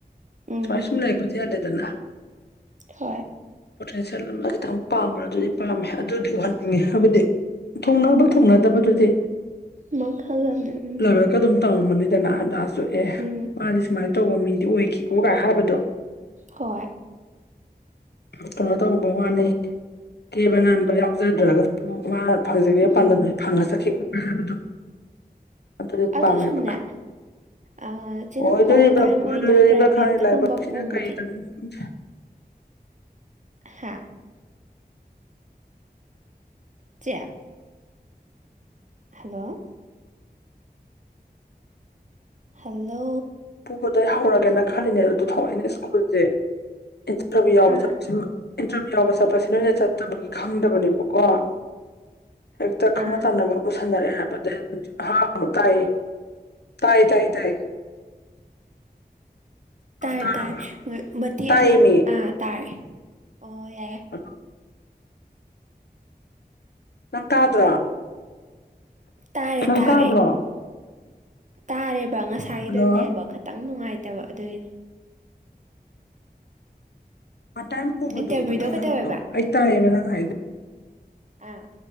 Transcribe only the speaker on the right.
ꯎꯝ
ꯍꯣꯏ
ꯃꯈꯜ ꯑꯃꯅꯦ ꯎꯝ
ꯎꯝ
ꯍꯣꯏ
ꯎꯝ
ꯑꯗꯣ
ꯁꯨꯝꯅꯦ ꯑ ꯁꯨꯝ
ꯄꯥꯔꯠ ꯇꯥꯏꯝ
ꯑꯣꯏꯅ ꯄ꯭ꯔꯥꯏꯚꯦꯠꯇꯒꯨꯝꯕ
ꯄꯨꯕꯗꯤ
ꯍꯥꯥ ꯆꯦ ꯍꯜꯂꯣ ꯍꯜꯂꯣ
ꯑꯥ
ꯑꯥ
ꯇꯥꯏ
ꯇꯥꯏ ꯃꯇꯦꯛ
ꯑꯃ ꯇꯔꯦ ꯑꯣ ꯌꯥꯏ
ꯇꯥꯔꯦ
ꯇꯥꯔꯦ
ꯇꯥꯔꯦꯕ ꯉꯁꯥꯏꯗꯅꯦꯕ
ꯈꯛꯇꯪ ꯅꯨꯡꯉꯥꯏꯇꯕ ꯑꯗꯨꯏꯅꯦ
ꯏꯟꯇꯔꯚꯤꯌꯨꯗꯣ
ꯀꯩꯗꯧꯋꯦꯕ
ꯎꯝ ꯑꯥ